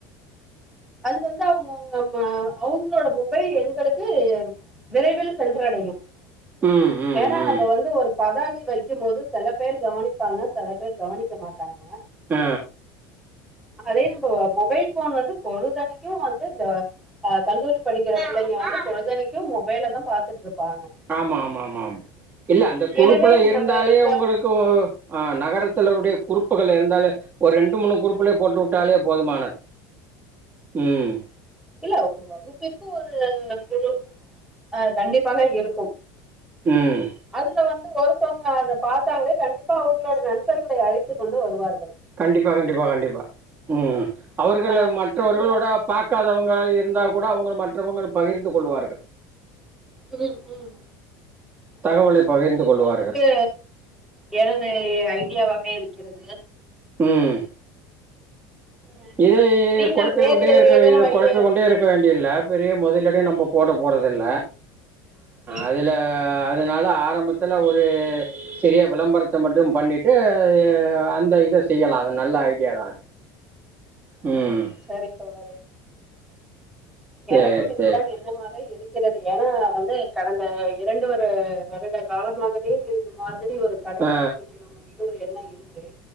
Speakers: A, in the centre; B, on the right.
A: அது வந்து அவுங்க அவுங்க அவங்களோட மொபைல் எண்களுக்கு ஏறு விரைவில் சென்றடையும்
B: ம் ம்
A: ஏன்னா
B: ம்
A: நம்ம வந்து ஒரு பதாகை வைக்கும் போது சில பேர் கவனிப்பாங்க சில பேர் கவனிக்க மாட்டாங்க
B: ஆ
A: அதே நம்ம மொபைல் ஃபோன் வந்து பொழுதனைக்கு வந்து இந்த அ கல்லூரி படிக்கிற பிள்ளைங்க வந்து பொழுதனைக்கும் மொபைல்ல தா பாத்துட்டு இருப்பாங்க
B: ஆமா ஆமா ஆமா ஆமா இல்ல அந்த குரூப்புல
A: எனவே
B: இருந்தாலே
A: நம்ம இத
B: உங்களுக்கு கு நகரத்துல உடைய குருப்புகள் இருந்தாலே ஒரு ரெண்டு மூணு குரூப்புலயே போட்டு உட்டாலே போதுமானது ம்
A: இல்ல ஒரு வகுப்பிற்கு ஒரு குழு அ கண்டிப்பாக இருக்கு
B: ம்
A: அதுல வந்து ஒரு த்தவங்க அத பாத்தாங்களே கண்டிப்பா அவங்களோட நண்பர்களை அழைத்து கொண்டு வருவார்கள்
B: கண்டிப்பா கண்டிப்பா கண்டிப்பா ம் அவர்கள
A: அஹ்,
B: மற்றவர்களோட
A: இதுதான்
B: பாக்காதவங்க இருந்தா கூட அவங்கள மற்றவங்க பகிர்ந்து கொள்வார்கள்
A: ம் ம்
B: தகவலை
A: ஆ இதுதா
B: பகிர்ந்து
A: இப்பொழுதுக்கு
B: கொள்வார்கள்.
A: எனது ஐடியாவாவே இருக்கிறது
B: ம்
A: அஹ்
B: இதை
A: நீங்கள்
B: கொழப்பிக்
A: வேறு
B: கொண்டே இருக்க
A: ஏதேனும் ஐடியா
B: கொழப்ப கொண்டே இருக்க வேண்டியல்ல பெரிய முதலிடே நம்ம போட போறதில்ல
A: ம்
B: அதுல அ அதனால ஆரம்பத்துல ஒரு சிறிய விளம்பரத்த மட்டு பண்ணிட்டு அந்த இத செய்யலா அது நல்ல ஐடியா தா ம்
A: சரி தோழரே
B: சரி,
A: எனக்கும் இதுதா
B: சரி.
A: எண்ணமாக இருக்கிறது ஏன்னா வந்து கடந்த இரண்டு ஒரு வரு இந்த காலமாகவே இது மாதிரி ஒரு கடைய
B: ஆ,
A: ஆரம்பிக்கணு அப்டின்னு ஒரு எண்ண இருக்கு